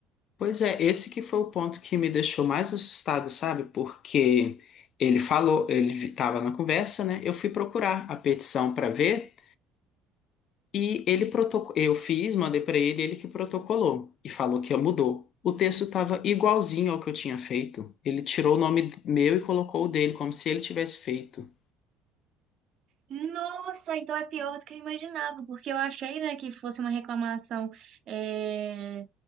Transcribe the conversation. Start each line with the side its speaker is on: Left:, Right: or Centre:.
Left: Pois é, esse que foi o ponto que me deixou mais assustado, sabe? Porque ele falou, ele estava na conversa, né? Eu fui procurar a petição para ver. E ele protocolou, eu fiz, mandei para ele, ele que protocolou e falou que mudou. O texto estava igualzinho ao que eu tinha feito. Ele tirou o nome meu e colocou o dele, como se ele tivesse feito.
Right: Nossa, então é pior do que eu imaginava, porque eu achei, né, que fosse uma reclamação eh,